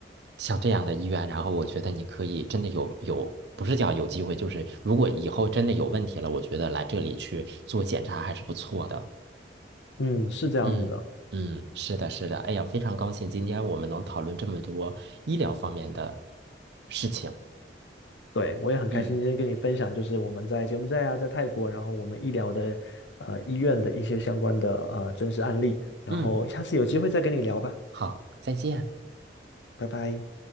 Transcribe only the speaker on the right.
像这样的医院，然后我觉得你可以真的有有，不是叫有机会，就是如果以后真的有问题了，我觉得来这里去做检查还是不错的。
嗯嗯，是的，是的。哎呀，非常高兴今天我们能讨论这么多医疗方面的事情。
嗯
嗯，好，再见。